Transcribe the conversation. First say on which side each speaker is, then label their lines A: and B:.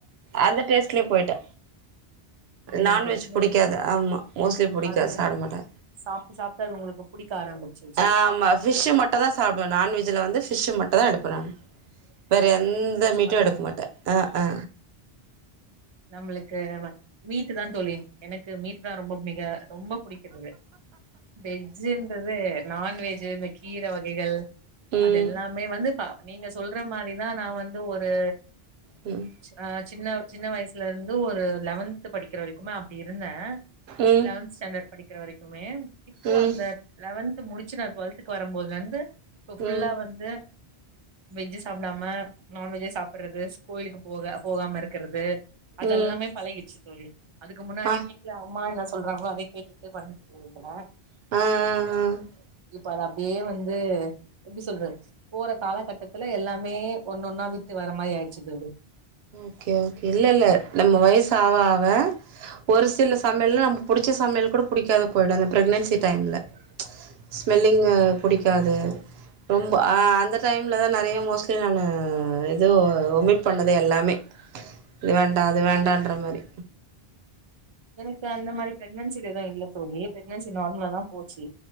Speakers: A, on the right; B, on the right.
A: அந்த டேஸ்ட்லே போய்ட்டே
B: புரியுதுங்க
A: நான்வெஜ்
B: தோழி உங்களுக்கு
A: புடிக்காது ஆமா மோஸ்ட்லி புடிக்காது
B: அது
A: சாப்ட மாட்டே
B: சாப்ட்டு சாப்ட்டு அது உங்களுக்கு புடிக்க ஆரம்மிச்சுருச்சு
A: ஆமா ஃபிஷ்ஷு மட் ட்டு தா சாப்டுவே நான்வெஜ்ஜுல வந்து ஃபிஷ்ஷு மட்டு தா எடுப்பே நானு வேற எந்த மீட்டு
B: மட்டு
A: எடுக்க மாட்டே ஆ ஆ
B: நம்மளுக்கு மீட்டு தா தோழி எனக்கு மீட்னா ரொம்ப புடிக்கு ரொம்ப புடிக்கு தோழி வெஜ்ஜுன்றது நான்வெஜ்ஜு இந்த கீர வகைகள்
A: ம்.
B: அதல்லாமே வந்து பா நீங்க சொல்ற மாரிதா நா வந்து ஒரு
A: ம்
B: ஆ் சின்ன சின்ன வயசுல இருந்து ஒரு லெவன்த்து படிக்கிற வரைக்குமே அப் டி இருந்தே
A: ம்.
B: லெவன்த் ஸ்டாண்டர்ட் படிக்கிற வரைக்குமே இப்போ
A: ம்.
B: அந்த லெவன்த் முடிச்சு நா டுவெல்த்துக்கு வரம்போதுல இருந்து இப்ப ஃபுல்லா
A: ம்.
B: வந்து வெஜ்ஜு சாப்டாம நான்வெஜ்ஜே சாப்பிட்றது ஸ் கோயிலுக்கு போக போகாம இருக்கிறது அதெல்லாமே
A: ம்.
B: பழகிர்ச்சு தோழி அதுக்கு முன்னாடி
A: ஆ.
B: வீட்ல அம்மா என்ன சொல்றாங்களோ அதே கேட்டுட்டு வந்துக்கிட்டு இருந்தே
A: ம் ம் ம்
B: இப்ப அத அப்டியே வந்து எப்டி சொல்றது போற காலகட்டத்துல எல்லாமே ஒன்னொன்னா விட்டு வர மாரி ஆயிருச்சு தோழி
A: ஓகே ஓகே இல்லல்ல நம்ம வயசு ஆவ ஆவ ஒரு சில சமையல்ல நமக்கு புடிச்ச சமையல் கூட புடிக்காது போயிடு அந்த பிரக்னன்சி டைம்ல ஸ்மெல்லிங்கு புடிக்காது ரொம்ப ஆ அந்த டைம்ல தா நெறையா மோஸ்ட்லி நானு எதோ ஒமிட் பண்ணது அது எல்லாமே இது வேண்டா அது வேண்டான்ற மாரி
B: எனக்கு அந்த மாரி பிரெக்னன்சில எது இல்ல தோழி பிரெக்னன்சி நார்மலா தா போச்சு